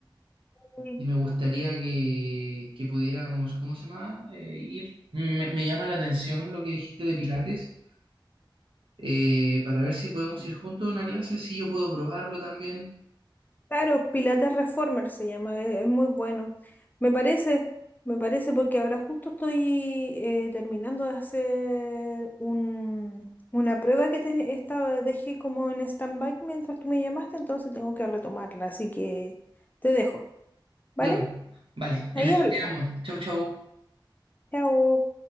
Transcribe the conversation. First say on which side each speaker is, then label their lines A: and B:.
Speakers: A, on the left; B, on the right.
A: Sí.
B: Y me gustaría que, que pudiéramos, ¿cómo se llama? Eh, ir. Me, me llama la atención lo que dijiste de Pilates, eh, para ver si podemos ir juntos a una clase, si yo puedo probarlo también.
A: Claro, Pilates Reformer se llama, e- es, muy bueno. Me parece, me parece porque ahora justo estoy eh, terminando de hacer un, una prueba que te estaba, dejé como en stand-by mientras tú me llamaste, entonces tengo que retomarla, así que te dejo, ¿vale?
B: Ya, pues. vale, en
A: Ahí
B: eso
A: hablamos.
B: quedamos. Chau, chau.
A: Chao.